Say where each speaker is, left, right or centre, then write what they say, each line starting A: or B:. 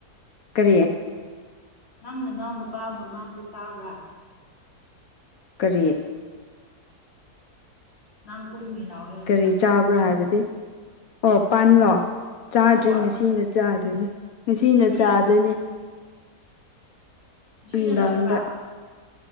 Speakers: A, on the left (about 70°); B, on the left (about 40°).
A: ꯀꯔꯤ
B: ꯅꯪ ꯅꯅꯥꯎ ꯅꯨꯄꯥ ꯑꯃ ꯃꯃꯥꯡꯗ ꯆꯥꯕ꯭ꯔꯥ
A: ꯀꯔꯤ
B: ꯅꯪ ꯀꯣꯟꯒꯤ ꯂꯥꯎꯋꯦ ꯍꯥꯢꯕꯗꯣ
A: ꯀꯔꯤ ꯆꯥꯕ꯭ꯔꯥ ꯍꯥꯏꯕꯗꯤ ꯑꯣ ꯄꯥꯟꯂꯣ ꯆꯥꯗ꯭ꯔꯤ
B: ꯍꯣꯏ
A: ꯉꯁꯤꯅ ꯆꯥꯗꯣꯏꯅꯦ ꯉꯁꯤꯅ ꯆꯥꯗꯣꯏꯅꯤ
B: ꯏꯁ ꯉꯁꯤꯅ
A: ꯅꯨꯡꯗꯥꯡꯗ
B: ꯂꯩꯕ꯭ꯔꯥ